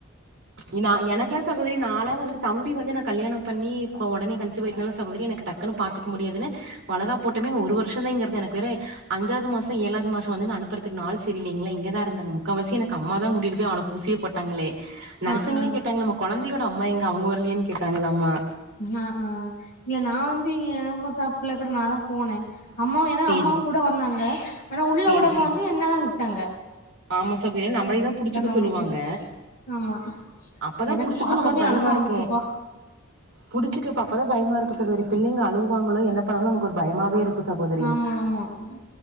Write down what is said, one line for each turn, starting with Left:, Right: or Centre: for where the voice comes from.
Right: இ நா எனக்லா சகோதரி நாலா வந்து தம்பி வந்து நா கல்யாண பண்ணி கொ உடனே கன்சீவ் ஆயிட்டனால சகோதரி எனக்கு டக்குன்னு பாத்துக்க முடியாதுனு வளகாப் போட்டுமே இங்க ஒரு வருஷோ தா இங்க இருந்தே எனக்கு வேற அஞ்சாவது மாசோ ஏழாவது மாசோ வந்து நா அனுப்புறதுக்கு நாள் செரியில்லைங்களா இங்க தா இருந்தேங் முக்காவாசி எனக்கு அம்மா தா கூட்டிட்டு போய் அவனுக் ஊசி போட்டாங்களே நர்சுங்களே
Left: ஆ ஆ
Right: கேட்டாங்க நம்ம கொழந்தையோட அம்மா இங்க அவுங்க வரலையான் கேட்டாங்களாம்மா
Left: ஆ ஆ இல்ல நா வந்து இங்க <unintelligible> கூட நா தா போனே அம்மாவு ஏனா
Right: சேரி
Left: அம்மாவு கூட வந்தாங்க ஆனா உள்ள
Right: சேரி
Left: வுடு போது
Right: சேரி
Left: என்னதா கூப்ட்டாங்க
Right: ஆமா சகோதி ஏனா நம்மலை தா புடிச்சுக்க
Left: அப்டின்னு
Right: சொல்லுவாங்க
Left: ஆமா
Right: அப்பதா
Left: எனக்கு
Right: புடிச்சி
Left: பாத்தோனே
Right: போய் நமக்கு பயமா
Left: அழுக
Right: இருக்கு
Left: வந்துட்டுப்பா
Right: புடிச்சுக்கப் பாப்பதா பயமா இருக்கு சகோதரி பிள்ளைங்க அழுகுவாங்களோ என்ன பண்ணாங்களோ நமக்கு ஒரு பயமாவே இருக்கு சகோதரி
Left: ஆமா ஆமா